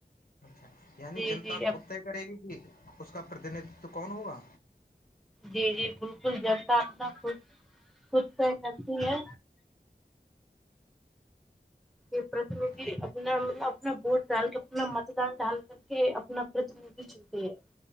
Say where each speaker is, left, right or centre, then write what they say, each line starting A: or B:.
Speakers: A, on the left; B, in the centre.
A: اچھا یعنی
B: جی
A: جنتا
B: جی اب
A: کتے کرے گی کہ اس کا پرتیندتو کون ہوگا
B: جی جی بالکل جلتا اپنا خ خود سے کرتی ہے یہ پرتنیدھی
A: جی
B: اپنا مطلب اپنا ووٹ ڈال کے اپنا متدان ڈال کر کے اپنا پرتیندھی چنتی ہے